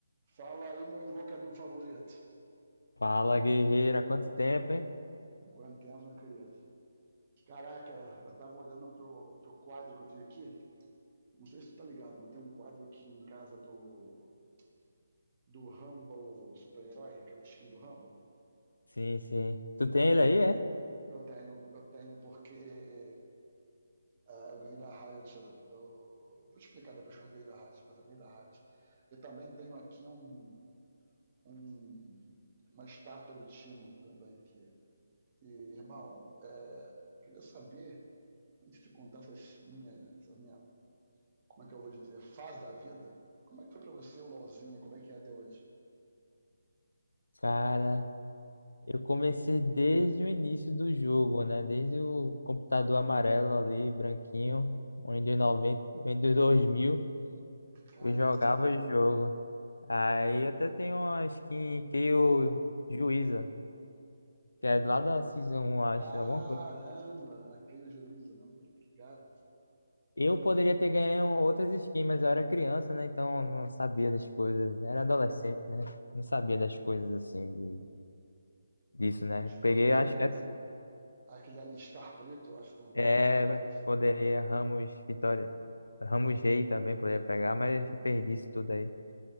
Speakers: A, on the right; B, on the left.
A: Fala aí, meu invocador favorito.
B: Fala, guerreira, quanto tempo, hein?
A: quanto tempo, meu querido. Caraca, eu tava olhando pro, pro quadro que eu tenho aqui. Não sei se tu tá ligado, mas tem um quadro aqui em casa do, do Humble super-herói, aquela skin do Humble.
B: Sim, sim. Tu tem ele aí, é?
A: Eu tenho, eu tenho porque ah, eu ganhei da Riot. Do... Vou te explicar depois como eu ganhei da Riot, mas eu ganhei da Riot. Eu também tenho aqui um, um- uma estátua do Timo também aqui. E, irmão, é, eu queria saber antes de contar essas minha, essa minha, como é que eu vou dizer, fase da vida, como é que foi pra você o LOLzinho? Como é que é até hoje?
B: Cara, eu comecei desde o início do jogo, né? Desde o computador amarelo ali, branquinho, o Windows 90, Windows 2000
A: Caramba!
B: eu jogava o jogo. Aí até tem uma skin que eu Juíza, que é lá da Season 1, acho,
A: Caramba!
B: alguma coisa.
A: Aquele juízo, né? Tá ligado?
B: Eu poderia ter ganho outras skins, mas eu era criança, né? Então eu não sabia das coisas. Era adolescente, né? Não sabia das coisas assim, de disso, né?
A: Tipo
B: Peguei,
A: aquele,
B: acho que é,
A: a- aquele alistar preto, eu acho também,
B: é,
A: né? Tem um coração.
B: poderia Ramos Vitória, Ramos Rei também poderia pegar, mas perdi isso tudo aí.